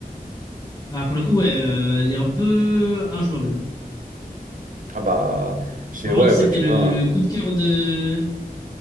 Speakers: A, on the left; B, on the right.
A: Ah, pour le coup, ouais, euh, elle est un peu injouable.
B: Ah bah, je sais,
A: Pour
B: ouais,
A: moi, c'était
B: ouais, tu
A: le,
B: vois.
A: le coup de cœur de,